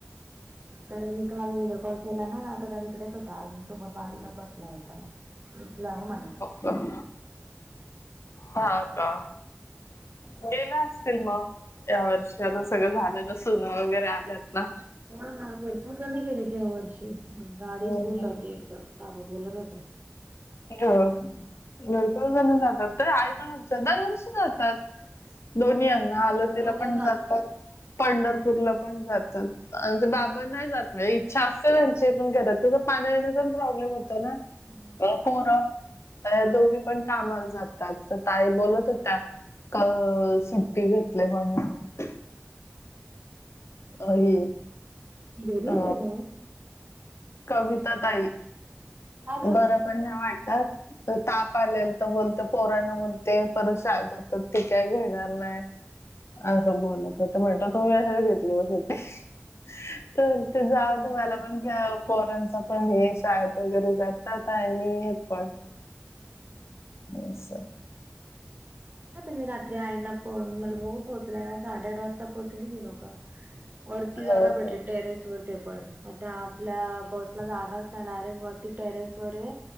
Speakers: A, on the left (about 70°); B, on the right (about 40°).
A: <unintelligible>
B: तर मी काल व्हिडिओ कॉल केला ना. त त्याकडेच होता. आईंसोबत बाजूलाच बसला होता मग. दिसला हो मला.
A: तर <inaudible> हा का? गेला असतील मग? या वर्षी आता सगळं झाल ना. सुना वगैरे आल्यात ना.
B: ह ना भरपूर जण गेले ह्या वर्षी. गाडी
A: हो
B: फुल
A: हो.
B: होती एकदम, बाबा बोलत होते.
A: हो भरपूर जण जातात. त आई पण च्या दर वर्षी जातात. दोन्ही यांना
B: आमच्या
A: अलंदीला
B: इथं दोघं
A: पण जातात. पंढरपूरला पण जातात. बाबानाही जात. म्हणजे इच्छा असते त्यांची. पण घरात तं पाणी येण्याचा पण प्रॉब्लेम होता ना.
B: हम्म.
A: पोरं दोघी पण कामाला जातात. त ताई बोलत होत्या. क सुट्टी घेतले म्हणून. मी अ, ही
B: घरीय
A: अ,
B: का म?
A: कविता ताई.
B: का ग
A: बरं पण नाही वाटतात. त ताप आलेल त बोलत. पोराण बोलते परत शाळेत जातात. ती काय घेणार नाय. असं बोलते त. तू कशाला घेतली मशीन. <unintelligible> त तो म्हणते जावदे
B: बापरे
A: मला पण घ्या ओ. <unintelligible> पोरांच पण हे. शाळेत वगैरे जातात. आणि हे पण.
B: हम्म <unintelligible>
A: अस <inaudible>
B: ना तुम्ही रात्री आईंना फोन. म्हणल बघू पोहोचला का? साडेआठ वाजता पोहोचली ती लोकं. वरती
A: हो
B: जागा
A: हो
B: भेटली. टेरेस वर ते पण. आता आपल्या बसला जागा च नाही. डायरेक्ट वरती टेरेसवरे.